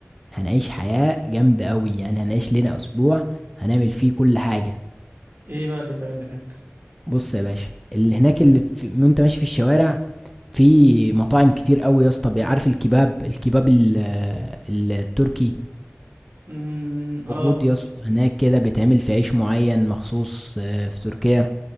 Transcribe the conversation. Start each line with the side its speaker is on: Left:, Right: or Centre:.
Centre: هنعيش حياه جامده قوي يعني هنعيش لنا اسبوع هنعمل فيه كل حاجه
Right: ايه بقى اللي يتعمل هناك
Centre: بص يا باشا اللي هناك اللي في... وانت ماشي في الشوارع في مطاعم كتير قوي يا اسطى عارف الكباب الكباب ال... آه، التركي
Right: امم
Centre: موجود
Right: اه
Centre: يا اسطى هناك كده بيتعمل في عيش معين مخصوص آه، في تركيا